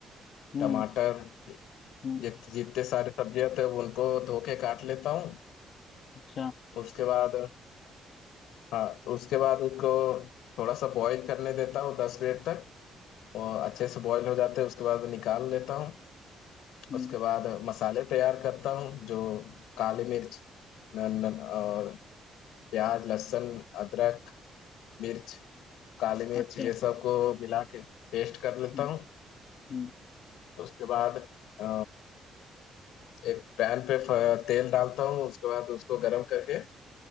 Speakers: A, on the left; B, on the left.
A: हम्म
B: टमाटर जित,
A: हम्म,
B: जितने सारे सब्जियां थे वो उनको धो के काट लेता हूँ
A: अच्छा
B: उसके बाद हाँ उसके बाद उनको थोड़ा सा बॉईल करने देता हूँ दस मिनट तक और अच्छे से बॉईल हो जाते हैं उसके बाद निकाल लेता हूँ
A: हम्म
B: उसके बाद मसाले तैयार करता हूँ जो काली मिर्च न, न, और प्याज लहसुन अदरक मिर्च काली मिर्च
A: अच्छा
B: ये सब को मिला के पेस्ट कर लेता
A: हम्म
B: हूँ
A: हम्म
B: उसके बाद अ, एक पैन पे फ- तेल डालता हूँ उसके बाद उसको गरम करके